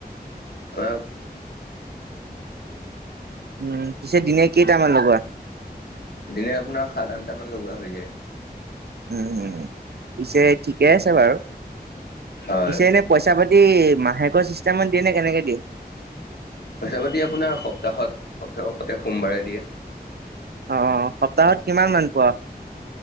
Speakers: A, on the left; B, on the right.
A: অ
B: উম
A: দিনে আপোনাৰ সাত আনটামান লগোৱা হৈ যায়
B: উম উম পিছে ঠিকে আছে বাৰু
A: হয়।
B: পিছে এনে পইচা পাতি মাহেকৰ চিষ্টামত দিয়ে নে কেনেকে দিয়ে
A: পইছা পাতি আপোনাৰ সপ্তাহত সপ্তাহ প্ৰতেক সোমবাৰে দিয়া
B: অ সপ্তাহত কিমান মান পোৱা